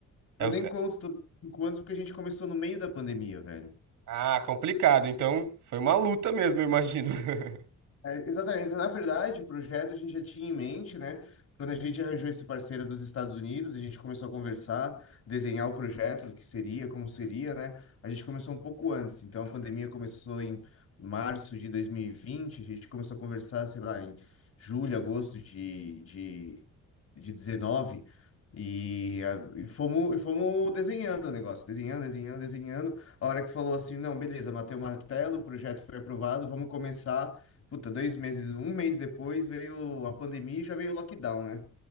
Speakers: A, on the right (about 80°); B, on the left (about 55°).
A: é
B: eu
A: os-
B: nem
A: é-
B: conto todos os cinco anos porque a gente começou no meio da pandemia, velho.
A: Ah, complicado. Então, foi uma luta mesmo, eu imagino. <laughs>
B: É, exatamente. Na verdade, o projeto a gente já tinha em mente, né? Quando a gente arranjou esse parceiro dos Estados Unidos, a gente começou a conversar, desenhar o projeto, o que seria, como seria, né? A gente começou um pouco antes. Então, a pandemia começou em março de 2020, a gente começou a conversar, sei lá, em julho, agosto de, de, de 19. E, a- e fomos, e fomos desenhando o negócio, desenhando, desenhando, desenhando. A hora que falou assim, não, beleza, matei o martelo, o projeto foi aprovado, vamos começar Puta, dois meses, um mês depois veio a pandemia e já veio o lockdown, né?